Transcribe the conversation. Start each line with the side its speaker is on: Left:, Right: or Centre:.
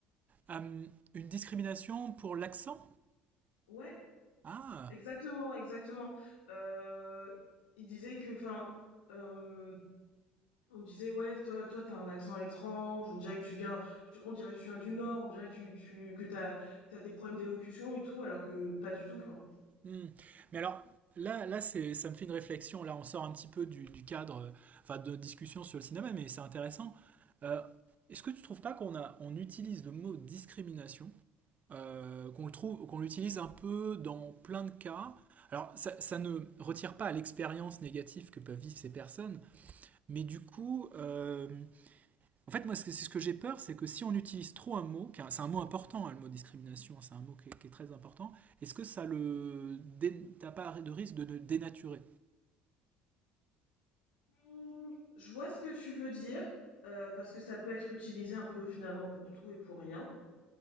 Right: Euh, une discrimination pour l'accent?
Left: Ouais,
Right: Ah,
Left: exactement, exactement. Euh, il disait que, enfin, euh, on disait ouais, toi, toi, t'as un accent étrange. On dirait que tu viens, tu- on dirait que tu viens du Nord. On dirait que tu, tu, que t'as, t'as des problèmes d'élocution et tout, alors que pas du tout. Enfin,
Right: Hmm. Mais alors, là, là c'est, ça me fait une réflexion. Là, on sort un petit peu du, du cadre, euh, enfin, de discussion sur le cinéma, mais c'est intéressant. Euh, est-ce que tu trouves pas qu'on a, on utilise le mot discrimination, euh, qu'on le trouve, qu'on l'utilise un peu dans plein de cas? Alors, ça, ça ne retire pas à l'expérience négative que peuvent vivre ces personnes, mais du coup, euh, en fait, moi, c'est ce que j'ai peur, c'est que si on utilise trop un mot, car c'est un mot important, hein, le mot discrimination, c'est un mot qui est, qui est très important, est-ce que ça le. dé- T'as pas de risque de le dénaturer
Left: Mmh, je vois ce que tu veux dire, heu, parce que ça peut être utilisé un peu finalement pour tout et pour rien.